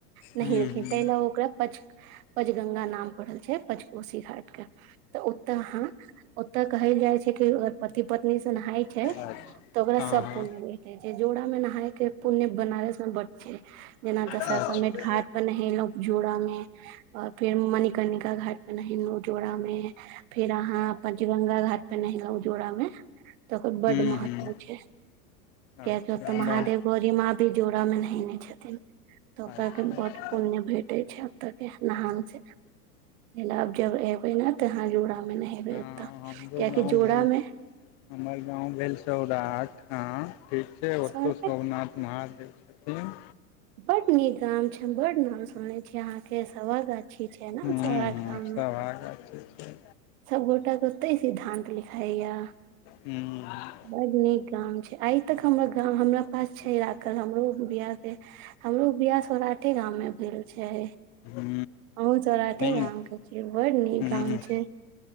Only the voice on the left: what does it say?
ह्म ह्म
अच्छा
हँ
हँ
अच्छा
ह्म
ह्म
अच्छा
बड़
अच्छा
हँ
हमरो
गाँव
भेल हमर गाँव भेल सौर राठ हँ ठीक छै ओतौ
सोमनाथ महादेव छथिन।
हूँ
हूँ
सभागाछी छै।
हूं
हूँ
नीक
हूँ